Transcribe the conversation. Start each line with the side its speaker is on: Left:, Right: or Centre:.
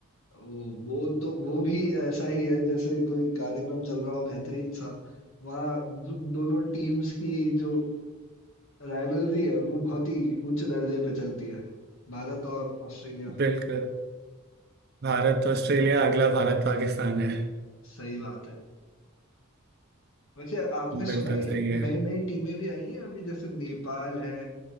Left: वो वो तो वो भी ऐसा ही है जैसे कोई कार्यक्रम चल रहा हो बेहतरीन सा, वहाँ दो दोनों टीम्स की जो राइवलरी है वो बहुत ही उच्च दर्जे पे चलती है भारत और ऑस्ट्रेलिया
Right: बिल्कुल भारत ऑस्ट्रेलिया अगला भारत पाकिस्तान है
Left: सही बात है वैसे आपने
Right: बिल्कुल
Left: सुना है ये
Right: सही है
Left: नई नई टीमें भी आई हैं अभी जैसे नेपाल है